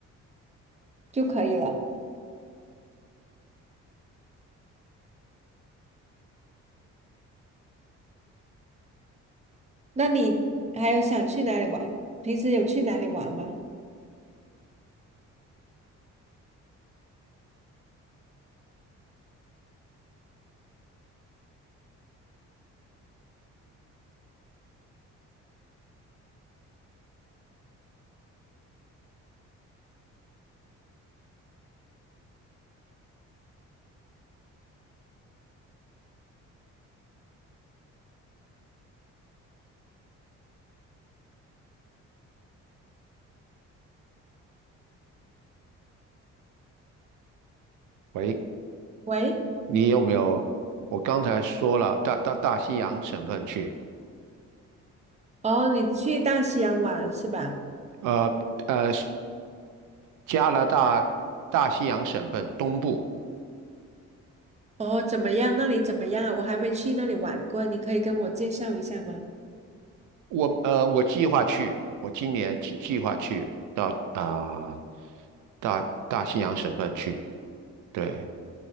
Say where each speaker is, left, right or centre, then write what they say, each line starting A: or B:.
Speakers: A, on the right (about 20°); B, on the right (about 80°).
A: 就可以了。那你还有想去哪里玩？平时有去哪里玩吗？
B: 喂，
A: 喂，
B: 你有没有？我刚才说了，到到大西洋省份去，
A: 哦，你去大西洋玩是吧？
B: 呃呃，加拿大大西洋省份东部，
A: 哦，怎么样？那里怎么样啊？我还没去那里玩过，你可以跟我介绍一下吗？
B: 我呃我计划去，我今年计计划去到啊、呃大大西洋省份去，对。